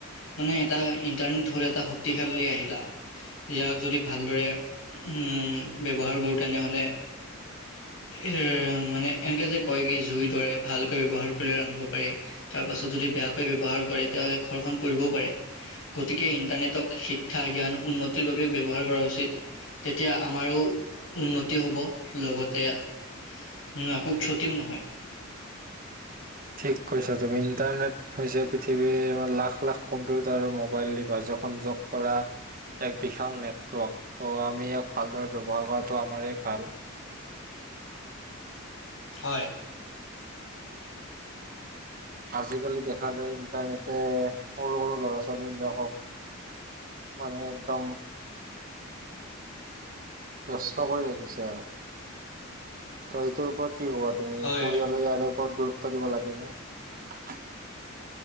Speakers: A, on the left; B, on the right.
A: মানে এটা ইন্টাৰনেট হ'ল এটা শক্তিশালী আহিলা ইয়াক যদি ভালদৰে হম, ব্যৱহাৰ কৰো তেনেহ'লে হে মানে এনেকে যে, কয় কি জুই দৰে ভালকৈ ব্যৱহাৰ ক আনিব পাৰি তাৰপাছত যদি বেয়া ব্যৱহাৰ কৰে তেতিয়াহ'লে ঘৰখন পৰিবও পাৰে গতিকে ইণ্টাৰনেটক শিক্ষা জ্ঞান উন্নতিৰ বাবে ব্যৱহাৰ কৰা উচিত। তেতিয়া আমাৰো উন্নতি হ'ব লগতে উ, একো ক্ষতিও নহয়।
B: ঠিক কৈছা তুমি ইণ্টাৰনেট হৈছে পৃথিৱীৰ লাখ, লাখ কম্পিউটাৰ মোবাইল <unintelligible> সংযোগ কৰা এক বিশাল নেটৱৰ্ক, ত' আমি ইয়াক ভালদৰে ব্যৱহাৰ কৰাটো আমাৰেই ভাল।
A: হয়।
B: আজিকালি দেখা যায় ইণ্টাৰনেটে সৰু, সৰু ল'ৰা ছোৱালী বিলাকক মানে একদম ব্যস্ত কৰি ৰাখিছে আৰু। ত এইটোৰপৰত কি ক'বা তুমি?
A: হয়
B: পৰিয়ালে ইয়াৰে ওপৰত গুৰুত্ব দিব লাগে নে?